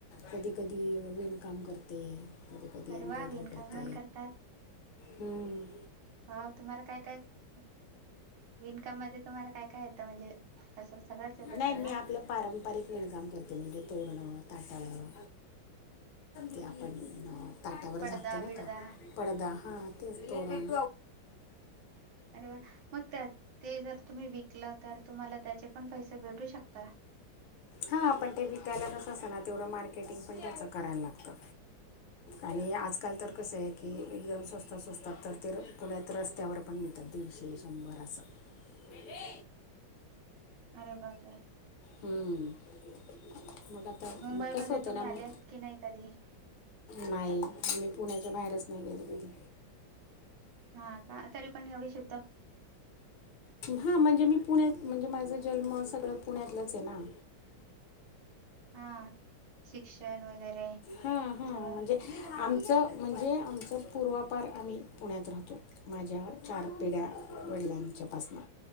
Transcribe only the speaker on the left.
कधी कधी विणकाम करते. कधी, कधी
एम्ब्रॉयडरी
करते,
हम्म.
नाही मी
आपलं पारंपरिक विणकाम करते म्हणजे तोरणं, ताटाळं, ते आपण ताटावर
झाकतो नाही
का पडदा, हा तेच तोरण.
हा, आपण ते विकायला कसं असतं ना तेवढं मार्केटिंग पण त्याचं करायला लागतं. आणि आजकाल तर कसं आहे की, एकदम स्वस्तात, स्वस्तात तर ते पुण्यात रस्त्यावर पण मिळत. तर ते दिडशे, शंभर असं. दिदे.
हम्म, मग आता
मग कसं होतं
ना
मग
नाही, मी पुण्याच्या बाहेरच नाही गेले कधी.
हा म्हणजे मी पुण्यात, म्हणजे माझ जन्म सगळं पुण्यातलंच आहे ना.
हां, हां
म्हणजे
आमचं, म्हणजे आमचं पूर्वापार आम्ही पुण्यात राहतो. माझ्या चार पिढ्या वडिलांच्या पासनं.